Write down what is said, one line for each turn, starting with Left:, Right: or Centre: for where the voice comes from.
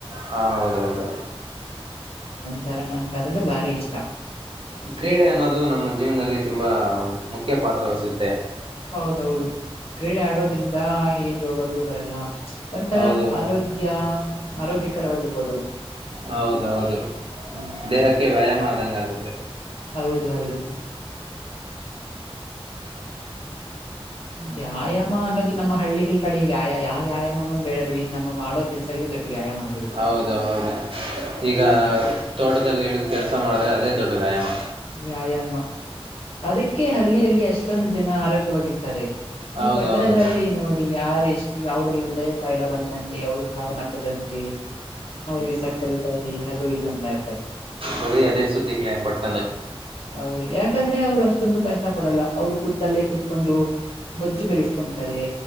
Right: ಹಾ ಹೌದೌದು
Left: ತರ ನನ್ಂಗ ಅದ್ರೆ ಬಾರಿ ಇಷ್ಟ
Right: ಈ ಕ್ರೀಡೆ ಅನ್ನೋದು ನಮ್ಮ ಜೀವನದಲ್ಲಿ ತುಂಬಾ ಮುಖ್ಯ ಪಾತ್ರ ವಹಿಸುತ್ತೆ
Left: ಹೌದೌದು ಕ್ರೀಡೆ ಆಡೋದ್ರಿಂದ ಏನ್ ರೋಗಗಳು ಬರಲ್ಲ ಒಂಥರ
Right: ಹೌದು
Left: ಆರೋಗ್ಯ ಆರೋಗ್ಯಕರವಾಗಿರ್ಬೋದು
Right: ಹೌದ ಹೌದು
Left: ಹ್ಮ್ ಹ್ಮ್
Right: ದೇಹಕ್ಕೆ ವ್ಯಾಯಾಮ ಆದಂಗಗುತ್ತೆ
Left: ಹೌದು ಹೌದು ವ್ಯಯಾಮ ಅನ್ನೋದು ನಮ್ಮ ಹಳ್ಳಿಲ್ ಕಡೆ ವ್ಯಾಯ ಯಾವ್ಯಾಯಾಮ ಬೆಳ ಬಿ ನಮ್ಮ ಮಾಡೋ ಕೆಲ್ಸಾಗಲೇ ದೊಡ್ಡ ವ್ಯಾಯಾಮ ಆಗಿರುತ್ತೆ
Right: ಹೌದು ಹೌದು ಈಗ
Left: ಹ
Right: ತೋಟದಲ್ಲಿ ಇಳಿದ ಕೆಲಸ ಮಾಡಿದ್ರೆ ಅದೇ ದೊಡ್ಡ ವ್ಯಾಯಾಮ
Left: ವ್ಯಾಯಾಮ ಅದಕ್ಕೆ ಹಳ್ಳಿಯಲ್ಲಿ ಅಷ್ಟೊಂದು ಜನ ಆರೋಗ್ಯವಾಗಿದ್ದಾರೆ ಈ
Right: ಹೌದೌದು
Left: ಪಟ್ಟಣಗಳಲ್ಲಿ ನೋಡಿ ಯಾರ್ ಎಷ್ಟು ಯಾವ್ರಿಗೆ ಹೃದಯ ಕಾಯಿಲೆ ಬಂತ ಅಂತೇ ಅವರು ಸಾವನ್ನಪ್ಪದಂತೆ ಅವ್ರಿಗೆ ಸಕ್ಕರೆ ಕಾಯಲಿ ಅದು ಇದು ಅಂತ ಇರ್ತಾರೆ
Right: ಬರಿ ಅದೇ ಸ್ದಲ ಪಟ್ಟ
Left: ಹೌದು ಯಾಕಂದ್ರೆ ಅವ್ರು ಅಷ್ಟೊಂದು ಕಷ್ಟ ಪಡಲ್ಲ ಅವರು ಕೂುತ್ತಲ್ಲೇ ಕುೂತ್ಕೊಂಡು ಬಜ್ಜು ಬೆಳೆಸ್ಕೊಂತಾರೆ